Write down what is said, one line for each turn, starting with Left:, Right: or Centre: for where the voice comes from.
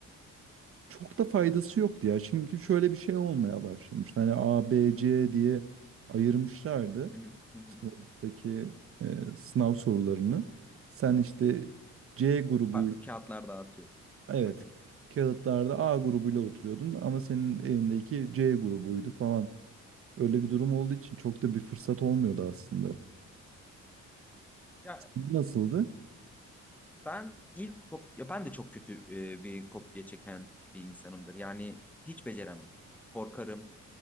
Right: çok da faydası yoktu ya. Çünkü şöyle bir şey olmaya başlamıştı. Hani A, B, C diye ayırmışlardı
Centre: Hı hı. Hı hı.
Right: sınıftaki e, sınav sorularını. Sen işte C grubuyla
Centre: farklı kağıtlar dağıtıyordu
Right: evet
Centre: hocam.
Right: kağıtlarda A grubuyla oturuyordun ama senin elindeki C grubuydu falan. Öyle bir durum olduğu için çok da bir fırsat olmuyordu aslında.
Centre: Ya
Right: Nasıldı?
Centre: Ben ilk kop ya ben de çok kötü e, bir kopya çeken bir insanımdır. Yani hiç beceremem. Korkarım.